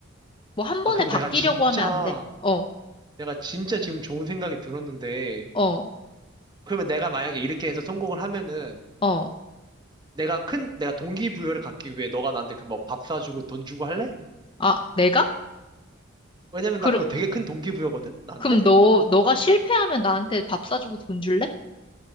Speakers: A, on the left (about 25°); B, on the right (about 20°).
A: 뭐 한 번에
B: 아, 그럼
A: 바뀌려고
B: 내가 진짜,
A: 하면 안 돼. 어,
B: 내가 진짜 지금 좋은 생각이 들었는데,
A: 어.
B: 그러면 내가 만약에 이렇게 해서 성공을 하면은,
A: 어.
B: 내가 큰, 내가 동기부여를 갖기 위해 너가 나한테 그럼 뭐밥 사주고 돈 주고 할래?
A: 아, 내가?
B: 왜냐면
A: 그럼,
B: 나 그거 되게 큰 동기부여거든? 나한테?
A: 그럼 너, 너가 실패하면 나한테 밥 사주고 돈 줄래?